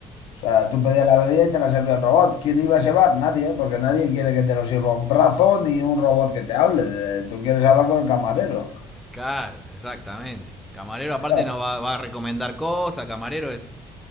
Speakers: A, on the left; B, in the centre.
A: O sea, tú pedías la bebida y te la servía el robot. ¿Quién iba a llevar? Nadie, ¿eh? porque nadie quiere que te lo sirva un brazo ni un robot que te hable. Eh, Tú quieres hablar con el camarero. <laughs>
B: Claro, exactamente. Camarero aparte
A: Claro.
B: nos va, va a recomendar cosas, camarero es...